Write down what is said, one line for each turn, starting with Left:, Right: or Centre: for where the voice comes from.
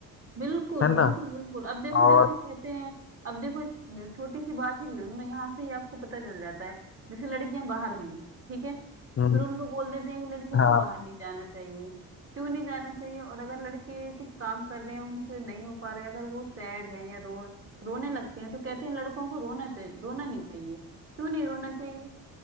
Right: बिल्कुल
Left: है ना
Right: बिल्कुल बिल्कुल अब देखो
Left: और
Right: जैसे कहते हैं अब देखो एक छोटी सी बात ही ले लो ना यहाँ से ही आपको पता चल जाता है जैसे लड़कियां बाहर गई ठीक है फिर
Left: हम्म,
Right: उनको बोल देते हैं कि लड़कियों
Left: हाँ
Right: को बाहर नहीं जाना चाहिए क्यों नहीं जाना चाहिए और अगर लड़के कुछ काम कर रहे हैं उनसे नहीं हो पा रहा है अगर वो सैड है या रो रोने लगते हैं तो कहते हैं लड़कों को रोना चाहिए रोना नहीं चाहिए क्यों नहीं रोना चाहिए